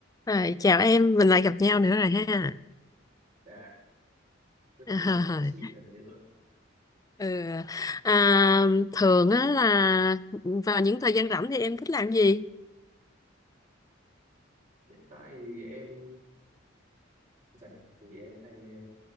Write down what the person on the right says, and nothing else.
Dạ, rất
vui được gặp chị
lần nữa.
Hiện tại thì em rảnh thì em hay ờ,